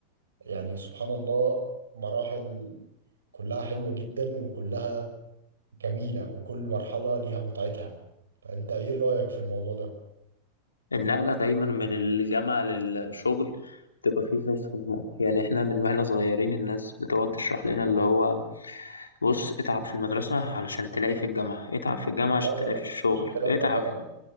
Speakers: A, on the right; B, on the left.
A: يعني سبحان الله مراحل كلها حلوه جدا وكلها جميله وكل مرحله ليها متعتها فانت ايه رايك في الموضوع ده؟
B: النقلة دايما من الجامعة للشغل بتبقى فيه زي صدمة يعني إحنا من وإحنا صغيرين الناس بتقعد تشرح لنا اللي هو بص اتعب في المدرسة علشان تلاقي في الجامعة اتعب في الجامعة عشان
A: لا لا
B: تلاقي
A: لا
B: في الشغل
A: مفيش الكلام
B: اتعب
A: ده طبعا